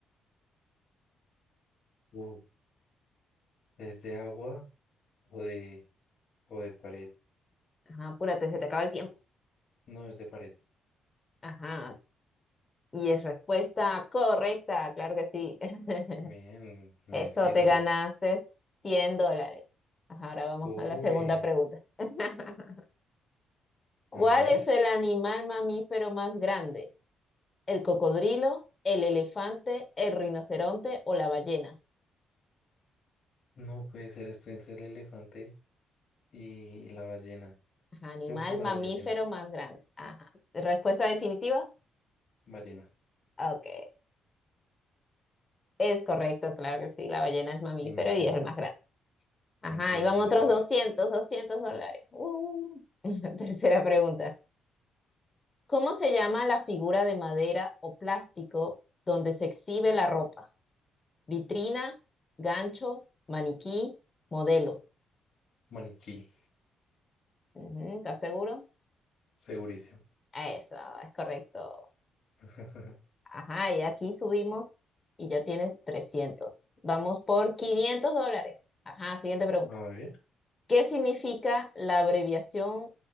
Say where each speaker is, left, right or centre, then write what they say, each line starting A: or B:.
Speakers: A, on the left; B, on the left.
A: Uh, ¿es de agua o de, o de pared?
B: Ajá, apúrate, se te acaba el tiempo.
A: No, es de pared.
B: Ajá, y es respuesta correcta, claro que sí. <laughs>
A: Bien, me
B: Eso
A: sirve.
B: te ganaste 100 dólares. Ajá, ahora vamos
A: Uy,
B: a la segunda pregunta. <laughs> ¿Cuál
A: a ver.
B: es el animal mamífero más grande? ¿El cocodrilo, el elefante, el rinoceronte o la ballena?
A: No puede ser, estoy entre el elefante y la ballena.
B: Ajá, Animal
A: Creo que es la
B: mamífero
A: ballena.
B: más grande. Ajá. Respuesta definitiva.
A: Ballena.
B: Ok, es correcto, claro que sí, la ballena es mamífero
A: ¿Me sirve?
B: y es el más grande. Ajá,
A: Me sirve,
B: iban otros
A: me sirve.
B: doscientos, doscientos dólares. Uh. <laughs> Tercera pregunta. ¿Cómo se llama la figura de madera o plástico donde se exhibe la ropa? Vitrina, gancho, maniquí, modelo.
A: Maniquí,
B: Ujú, ¿Estás seguro?
A: segurísimo.
B: Eso, es correcto.
A: <laughs>
B: Ajá, y aquí subimos y ya tienes trescientos Vamos por 500 dólares. Ajá, siguiente pregunta.
A: A ver.
B: ¿Qué significa la abreviación